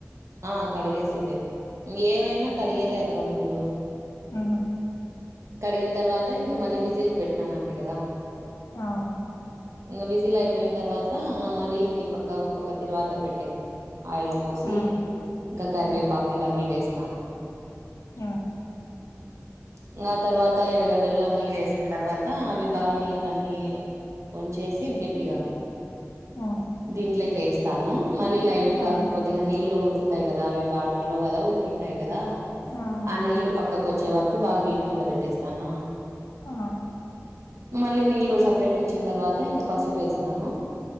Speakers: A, on the right; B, on the left.
A: ఆ కడిగేసేదేఇహ ఇంగ ఏవైనా కడిగేదే అక్క ముందు
B: ఉమ్మ్
A: కడిగిన తర్వాత ఇంకా మళ్ళీ విజిల్‌కి పెట్టినాను అంటి కదా
B: ఆ ఆ
A: ఇంగ విజిల్ అయిపోయిన తర్వాత మరీ ఇంక ఈ పక్క ఒక పక్క తిరువాతకు పెట్టే ఆయిల్ పోసి
B: ఆ
A: ఇంకా కరివేపాకు
B: ఆ
A: ఇవన్నీ వేస్తా
B: ఆ
A: ఇంగ ఆ తర్వాత ఎరగడ్డలు అన్ని వేసిన తర్వాత అవి బాగా నీళ్ళన్నీ వొంచేసి గట్టిగా
B: ఆ
A: దీంట్లేకి ఏస్తాను మళ్ళీ లైట్గా
B: అవును
A: కొద్దిగా నీళ్ళు ఉడు కుతాయి కదా అవి వాటర్లో కదా ఉడికింటాయి కదా
B: అవును
A: ఆ నీళ్లు పక్కకు వచ్చే వర కు బాగా హీట్ మీంద పెట్టేస్తానా
B: ఆ
A: మళ్ళీ నీళ్లు సపరేట్ వచ్చిన తర్వాత ఇంగ పసుపేస్తాను